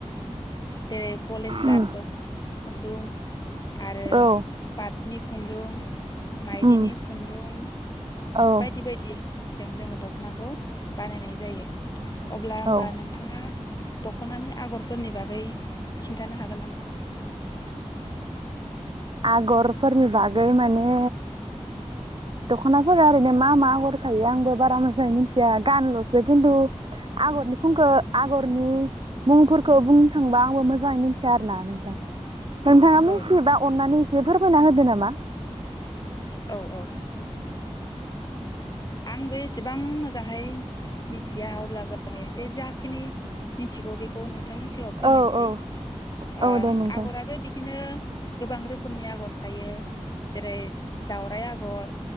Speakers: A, on the left; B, on the right.
A: जेरै पलेस्टार
B: उम
A: द' खुन्दुं। आरो
B: औ
A: पाट नि खुन्दुं। माइदिनि
B: उम
A: खुन्दुं
B: औ
A: बायदि बायदि। जों जोङो दख'नाखौ बानायनाय जायो। अब्ला होमबा
B: औ
A: नोंथाङा दख'नानि आगरफोरनि बागै खिन्थानो हागोन नामा?
B: आगरफोरनि बागै माने दख'नाफोरा ओरैनो मा मा आगर थायो आंबो बारा मोजाङै मिथिया गानल'सो खिन्थु आगरनि फुंखौ आगरनि मुंफोरखौ बुंनो थांबा आंबो मोजाङै मिथिया आरोना नोंथां। नोंथाङा मिथिबा
A: औ
B: अननानै इसे फोर मायना होदो नामा?
A: औ औ। आंबो एसेबां मोजाङाहै मिथिया अब्लाबो आं एसे जाखिनि मिथिगौ बेखौ नोंथांनि सिगाङाव फोरमायनोसै
B: औ औ
A: ओ
B: औ दे नोंथां।
A: आगराबो बिदिनो गोबां रोखोमनि आगर थायो जेरै दावराइ आगर